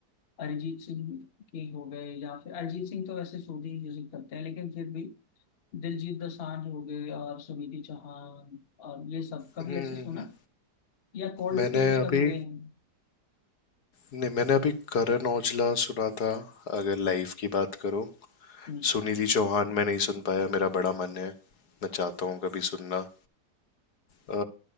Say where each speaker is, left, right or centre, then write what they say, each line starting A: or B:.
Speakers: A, on the left; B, on the left.
A: अरिजीत सिंह के हो गए या फिर अरिजीत सिंह तो वैसे सूदी म्यूजिक करते हैं लेकिन फिर भी दिलजीत दोसांझ हो गए और सुनिधि चौहान और ये सब कभी
B: हम्म। हम्म,
A: ऐसे सुना
B: हम्म।
A: या कोल्ड
B: मैंने
A: प्ले में
B: अभी
A: कभी गए हैं
B: नहीं मैंने अभी करण औजला सुना था अगर लाइव की बात करो
A: हम्म,
B: सुनिधि चौहान मैं नहीं सुन पाया मेरा बड़ा मन है मैं चाहता हूँ कभी सुनना अ,